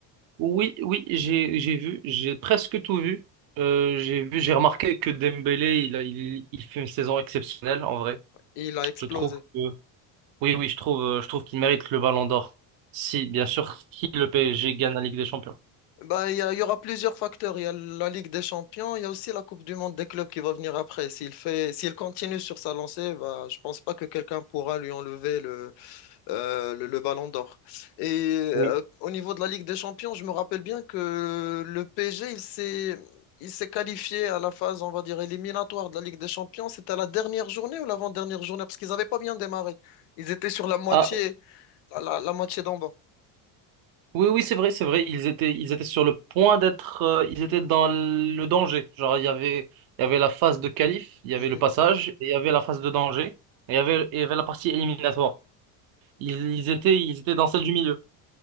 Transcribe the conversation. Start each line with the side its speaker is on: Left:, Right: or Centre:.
Right: Oui, oui, j'ai, j'ai vu, j'ai presque tout vu. Euh, j'ai vu, j'ai remarqué que Dembélé, il, a- il, il fait une saison exceptionnelle, en vrai.
Left: il a explosé?
Right: Je trouve. que. Oui, oui, je trouve, euh, je trouve qu'il mérite le Ballon d'Or. Si, bien sûr, si le PSG gagne la Ligue des Champions.
Left: Bah, il y, a- il y aura plusieurs facteurs. Il y a la Ligue des Champions, il y a aussi la Coupe du Monde des clubs qui va venir après. S'il fait, s'il continue sur sa lancée, bah, je pense pas que quelqu'un pourra lui enlever le, euh, le, le ballon d'or. Et euh,
Right: Oui.
Left: au niveau de la Ligue des Champions, je me rappelle bien que le PSG, il s'est, il s'est qualifié à la phase, on va dire, éliminatoire de la Ligue des Champions. C'était la dernière journée ou l'avant-dernière journée? Parce qu'ils n'avaient pas bien démarré. Ils étaient sur la moitié,
Right: Ah,
Left: la, la- la moitié d'en bas.
Right: oui, oui, c'est vrai, c'est vrai. Ils étaient, ils étaient sur le point d'être, euh, ils étaient dans le danger. Genre, il y avait, il y avait la phase de qualif, il y
Left: Mhm.
Right: avait le passage, et il y avait la phase de danger, et il y avait, et il y avait la partie éliminatoire. Ils, ils étaient, ils étaient dans celle du milieu.